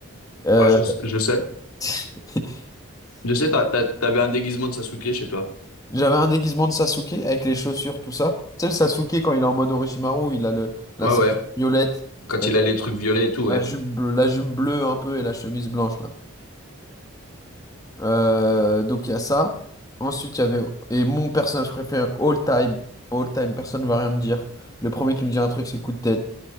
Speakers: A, on the left; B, on the left.
A: Euh,
B: ouais, je, je sais.
A: <laughs>
B: Je sais, t'as- t'as- t'avais un déguisement de Sasuke chez toi.
A: J'avais un déguisement de Sasuke avec les chaussures, tout ça. Tu sais, le Sasuke, quand il est en mode Orochimaru, il a le, la
B: Ouais,
A: ceinture
B: ouais.
A: violette,
B: Quand
A: euh,
B: il a les trucs violets et tout, ouais.
A: la jupe, bleu- la jupe bleue un peu et la chemise blanche, là. Euh, donc, il y a ça. Ensuite, il y avait... Et mon personnage préféré, all time. All time, personne ne va rien me dire. Le premier qui me dit un truc, c'est coup de tête.